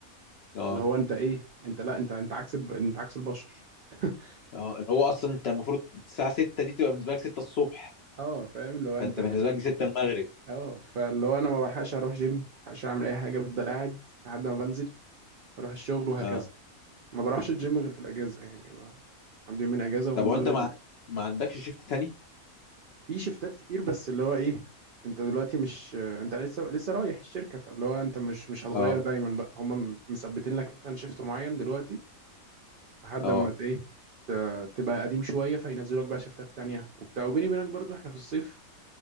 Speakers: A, on the left; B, on the right.
A: اه
B: اللي هو انت ايه انت لا انت انت عكس الب- انت عكس البشر <laughs>
A: اه اللي هو اصلا انت المفروض الساعه 6 دي تبقى بالنسبه لك 6 الصبح
B: اه فاهم اللي هو انت
A: فانت
B: يعني
A: بالنسبه لك دي 6 المغرب
B: اه فاللي هو انا ما بلحقش اروح جيم ما بلحقش اعمل اي حاجه بفضل قاعد لحد ما بنزل اروح الشغل وهكذا
A: اه
B: ما بروحش الجيم غير في الاجازه يعني ما عندي يومين اجازه وهم
A: طب وانت
B: دول
A: ما
B: ال...
A: ما عندكش شيفت تاني
B: في شفتات كتير بس اللي هو ايه انت دلوقتي مش انت لسه لسه رايح الشركه فاللي هو انت مش مش هتغير
A: اه
B: دايما بقى هم مثبتين لك مثلا شيفت معين دلوقتي لحد
A: اه
B: اما ت- ايه ت- تبقى قديم شويه فينزلوا لك بقى شيفتات تانية وبتاع وبيني وبينك برضو احنا في الصيف